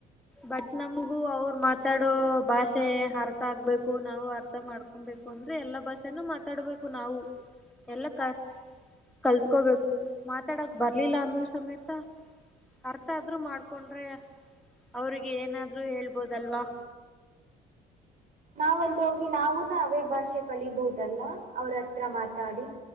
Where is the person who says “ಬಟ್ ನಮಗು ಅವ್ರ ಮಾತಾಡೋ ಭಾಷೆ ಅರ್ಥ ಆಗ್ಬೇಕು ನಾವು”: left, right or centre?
Centre